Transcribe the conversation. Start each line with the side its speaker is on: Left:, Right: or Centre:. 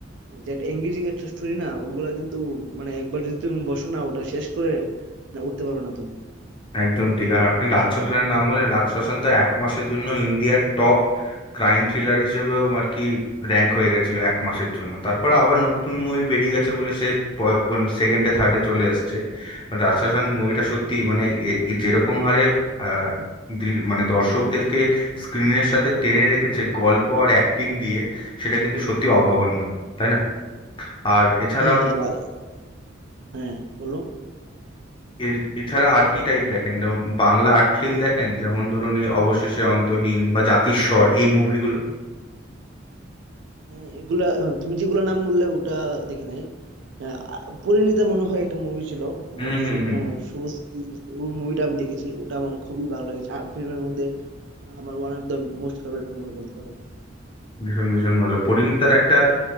Right: যে একটা এঙ্গেজিং একটা স্টোরি না ওগুলা কিন্তু মানে একবার যদি তুমি বসো না ওটা শেষ করে না উঠতে পারবে না তুমি
Left: একদম ঠিক আর আপনি রাজশাসনের নাম বলেন রাজশাসন তো এক মাসের জন্য ইন্ডিয়ার টপ ক্রাইম থ্রিলার হিসেবেও আর কি র্যাঙ্ক হয়ে গেছিল এক মাসের জন্য তারপর আবার নতুন মুভি বেরিয়ে গেছে বলে সে সেকেন্ডে থার্ডে চলে এসছে But রাজশাসন মুভিটা সত্যি মানে এ- এ যেরকম হারে আহ, দৃ- মানে দর্শকদেরকে স্ক্রিনের সাথে টেনে রেখেছে গল্প আর অ্যাক্টিং দিয়ে সেটা কিন্তু সত্যি অভাবনীয় তাই না আর এছাড়াও
Right: হ্যাঁ হ্যাঁ রা- হ্যাঁ বলো
Left: এ- এছাড়া আর কি টাইপ দেখেন যেমন বাংলা আর্ট ফিল্ম দেখেন যেমন ধরুন এই অবশেষে অন্তহীন বা জাতিস্বর এই মুভিগুলো
Right: হ্যাঁ এগুলা আহ, তুমি যেগুলা নাম বললে ওটা দেখি নাই আহ, পরিণীতা মনে হয় একটা মুভি ছিল আহ,
Left: হুম হুম
Right: শু-
Left: হুম
Right: আহ, শুভশ্রী ওই মুভিটা আমি দেখেছি ওটা আমার খুবই ভালো লেগেছে আর ফিল্মের মধ্যে আমার one of the most favourite movie বলতে পারো তুমি
Left: ভীষণ ভীষণ ভালো পরিণীতার একটা